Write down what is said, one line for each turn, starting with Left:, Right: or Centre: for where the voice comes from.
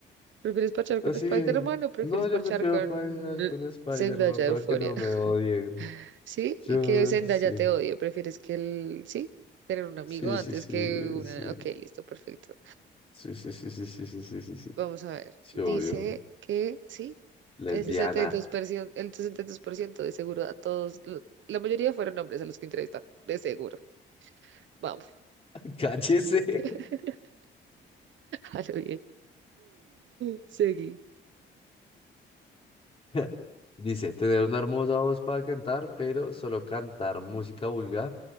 Right: ¿Prefieres parchar
Left: Así,
Right: con Spider-Man o prefieres
Left: no, yo
Right: parchar
Left: prefiero
Right: con
Left: bailar con Spider-Man
Right: Zendaya de
Left: para
Right: Euphoria?
Left: que no
Right: <laughs>
Left: me odien.
Right: ¿Sí?
Left: Yo,
Right: Y que Zendaya
Left: sí,
Right: te odie, ¿prefieres que él, sí? Tener un amigo
Left: sí,
Right: antes
Left: sí, sí,
Right: que una...
Left: sí,
Right: Ok, listo, perfecto.
Left: sí, sí, sí, sí, sí, sí, sí, sí, sí,
Right: Vamos a ver.
Left: sí,
Right: Dice
Left: obvio.
Right: que sí.
Left: Lesbiana,
Right: El 62%, el 62% de seguro a todos, lo- la mayoría fueron hombres a los que entrevistaron, de seguro. Vamos,
Left: <laughs> cállese.
Right: <laughs> a lo bien. <laughs> Seguí.
Left: <laughs> Dice, tener una hermosa voz para cantar, pero solo cantar música vulgar,